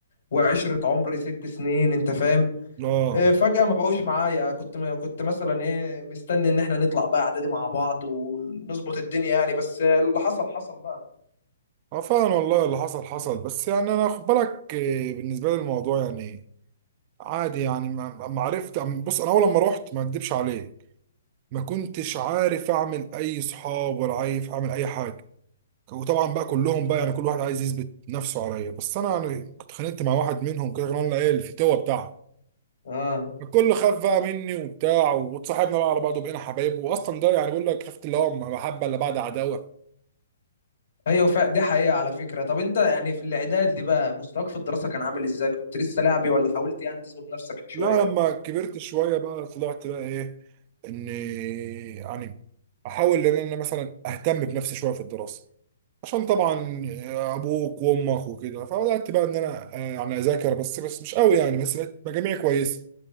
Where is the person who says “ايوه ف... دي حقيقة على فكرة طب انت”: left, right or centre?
Left